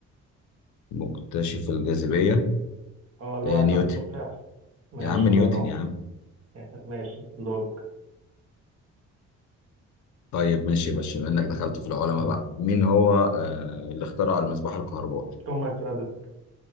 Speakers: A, on the left (about 70°); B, on the right (about 50°).
A: مكتشف الجاذبيه
B: اه اللي
A: إيه
B: وقعت
A: نيوتن
B: على التفاح ماشي
A: يا عم نيوتن
B: الله ينور
A: يا عم
B: <laughs> ماشي دورك
A: طيب ماشي يا باشا بما انك دخلت في العلماء بقى مين هو آه اللي اخترع المصباح الكهربائي
B: توماس اديسون